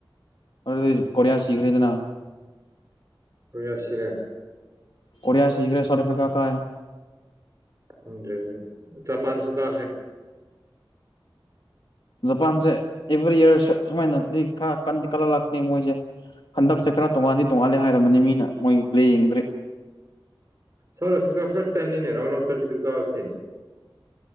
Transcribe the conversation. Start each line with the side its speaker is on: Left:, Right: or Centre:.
Left: ꯑꯗꯨꯗꯤ ꯀꯣꯔꯤꯌꯥ ꯁꯤꯈ꯭ꯔꯦꯗꯅ
Right: ꯀꯣꯔꯤꯌꯥ ꯁꯤꯔꯦ
Left: ꯀꯣꯔꯤꯌꯥ ꯁꯤꯒ꯭ꯔꯦ ꯁꯥꯎꯠ ꯑꯐ꯭ꯔꯤꯀꯥ ꯀꯥꯏ
Right: ꯈꯪꯗ꯭ꯔꯦ ꯑꯗꯨꯗꯤ ꯖꯄꯥꯟꯁꯨ ꯀꯥꯈ꯭ꯔꯦ
Left: ꯖꯄꯥꯟꯁꯦ ꯑꯦꯚꯔꯤ ꯏꯤꯌꯔ ꯁ ꯁꯨꯃꯥꯏ ꯅꯗꯤ ꯈꯔ ꯀꯟꯗꯤ ꯀꯟꯂꯛꯂꯄꯅꯦ ꯃꯣꯏꯁꯦ ꯍꯟꯗꯛꯁꯦ
Right: ꯎꯝ
Left: ꯈꯔ ꯇꯣꯡꯉꯥꯟꯗꯤ ꯇꯣꯡꯉꯥꯥꯟꯂꯦ ꯍꯥꯏꯔꯕꯅꯦ ꯃꯤꯅ ꯃꯣꯏꯒꯤ ꯄ꯭ꯂꯦ ꯌꯦꯡꯗ꯭ꯔꯤ
Right: ꯁꯥꯎꯠ ꯑꯐ꯭ꯔꯤꯀꯥ ꯐꯥꯁ ꯇꯥꯏꯝꯅꯤꯅꯦ ꯔꯥꯎꯟ ꯑꯣꯐ ꯊꯥꯔꯇꯤ ꯇꯨ ꯀꯥꯕꯁꯦ